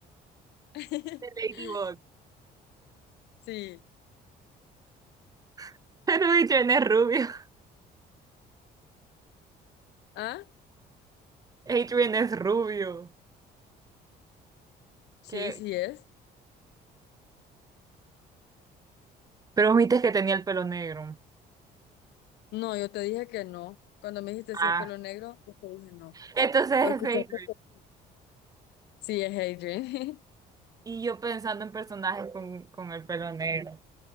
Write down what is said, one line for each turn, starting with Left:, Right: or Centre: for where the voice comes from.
Left: <laughs>
Right: The Ladybug.
Left: Sí.
Right: <laughs> Pero Adrian es rubio.
Left: ¿Ah?
Right: Adrian es rubio.
Left: Sí,
Right: ¿Qué?
Left: sí es.
Right: Pero viste que tenía el pelo negro.
Left: No, yo te dije que no. Cuando me dijiste
Right: Ah,
Left: si es pelo negro, yo te dije no.
Right: entonces es
Left: ¿O escuchaste
Right: Adrian.
Left: que- Sí, es Adrian. <laughs>
Right: Y yo pensando en personajes con, con el pelo negro.